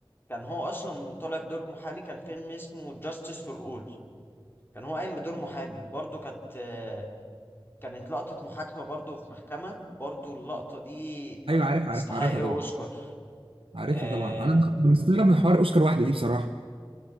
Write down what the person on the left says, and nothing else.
كان هو اصلا طالع بدور محامي كان فيلم اسمه جاستس فور اول كان هو قايم بدور محامي برضو كانت آه، كانت لقطة محاكمة برضو في محكمة برضو اللقطة دي
تستحق
أوسكار
آه،